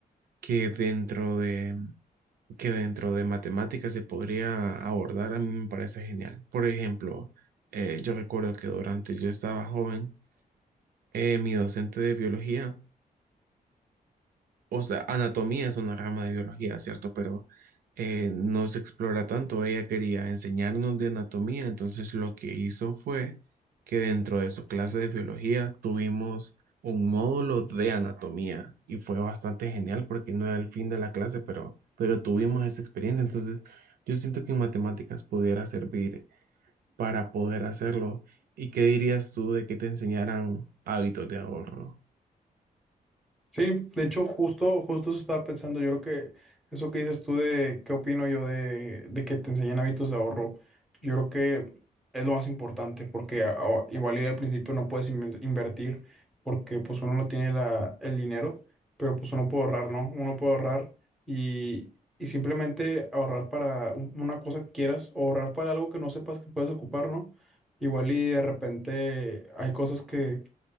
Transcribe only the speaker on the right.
que dentro de que dentro de matemáticas se podría abordar, a mí me parece genial. Por ejemplo, eh, yo recuerdo que durante yo estaba joven, eh, mi docente de biología o sea, anatomía es una rama de biología, ¿cierto? Pero eh, no se explora tanto. Ella quería enseñarnos de anatomía, entonces lo que hizo fue que dentro de su clase de biología tuvimos un módulo de anatomía y fue bastante genial porque no era el fin de la clase, pero, pero tuvimos esa experiencia. Entonces, yo siento que en matemáticas pudiera servir para poder hacerlo. ¿Y qué dirías tú de que te enseñaran hábitos de ahorro?